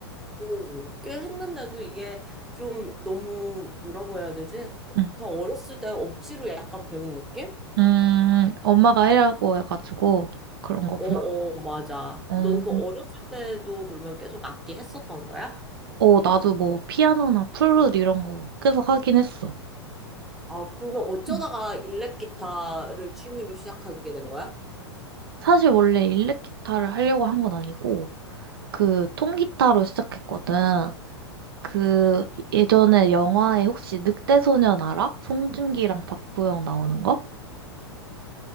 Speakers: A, in the centre; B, on the right (about 55°).
A: 오, 꽤 했는데도 이게 좀 너무 뭐라고 해야 되지?
B: 응.
A: 그 어렸을 때 억지로 약간 배운 느낌?
B: 음, 엄마가 해라고 해가지고 그런 거구나.
A: 어, 어, 맞아.
B: 어.
A: 너는 어렸을 때도 그러면 계속 악기 했었던 거야?
B: 어, 나도 뭐 피아노나 플룻 이런 거 계속 하긴 했어.
A: 아, 그러면 어쩌다가
B: 음.
A: 일렉 기타를 취미로 시작하게 된 거야?
B: 사실 원래 일렉 기타를 하려고 한 건 아니고 그 통기타로 시작했거든. 그 예전에 영화에 혹시 늑대소년 알아? 송중기랑 박보영 나오는 거?